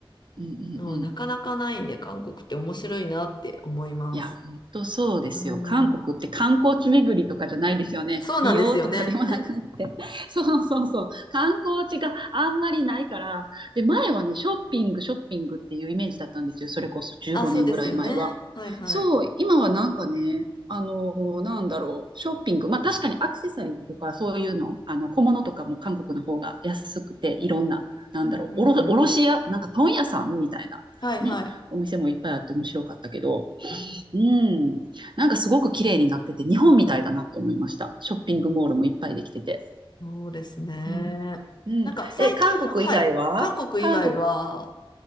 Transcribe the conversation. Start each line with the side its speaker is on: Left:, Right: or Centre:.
Right: うんうんうん
Left: のはなかなかないんで、韓国って面白いなって思います。
Right: いや、本当そうですよ。
Left: うーん。
Right: 韓国って観光地巡りとかじゃないですよね。
Left: そうなんですよね。
Right: 美容とかでもなくって。<laughs> そうそうそう。観光地があんまりないから。で、前はね、ショッピング、ショッピングっていうイメージだったんですよ。それこそ15年ぐらい前は。
Left: あ、そうですよね。はいはい。
Right: そう、今はなんかね、あのーなんだろう、ショッピング。まあ確かにアクセサリーとかそういうの、あの、小物とかも韓国の方が安くて、いろんな、なんだろう、
Left: うんうんうん。
Right: おろ、卸屋、なんか問屋さんみたいな、
Left: はいはい。
Right: ね、お店もいっぱいあって面白かったけど、
Left: うん、
Right: うん。なんかすごく綺麗になってて、日本みたいだなって思いました。ショッピングモールもいっぱいできてて。
Left: そうですね。
Right: うん、うん。
Left: なんか最近は、
Right: え、韓国以外は韓国、
Left: はい。韓国以外は、